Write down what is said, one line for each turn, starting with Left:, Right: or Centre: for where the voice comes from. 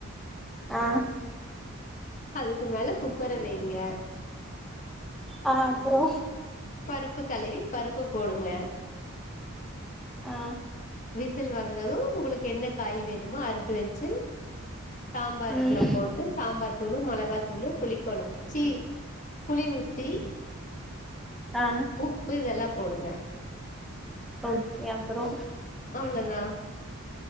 Centre: ஆ
Left: அதுக்கு மேல குக்கர வைங்க
Centre: அ அப்றோ
Left: பருப்பு கழுவி பருப்பு போடுங்க
Centre: அ
Left: விசில் வந்தது உங்களுக்கு என்ன காய் வேணுமோ அறுத்து வச்சு சாம்பாருயிக்குள்ள
Centre: ம்
Left: போட்டு சாம்பார் தூளு மொளகாத் தூளு புளிக் கொழம்பு சீ புளி ஊத்தி
Centre: ஆ
Left: உப்பு இதெல்லா போடுங்க
Centre: ஓகே அப்றோ
Left: அவ்ளோ தா